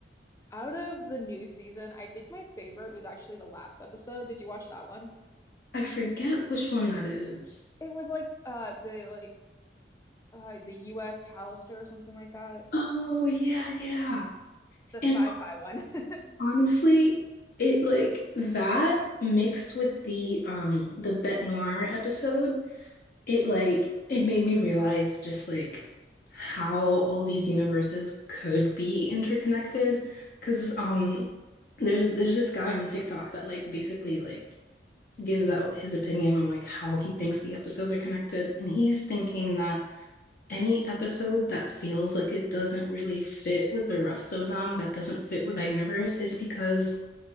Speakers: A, on the left; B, on the left.
A: out of the new season, I think my favorite was actually the last episode. Did you watch that one?
B: I forget which one that is.
A: It was like uh the like uh the US Callister or something like that.
B: Oh, yeah, yeah.
A: The sci-fi
B: And
A: one. <laughs>
B: Honestly, it like that mixed with the um the Bête Noire episode, it like it made me realize just like how all these universes could be interconnected. Cause um there's there's this guy on TikTok that like basically like gives out his opinion on like how he thinks the episodes are connected. And he's thinking that any episode that feels like it doesn't really fit with the rest of them, that doesn't fit with that universe, is because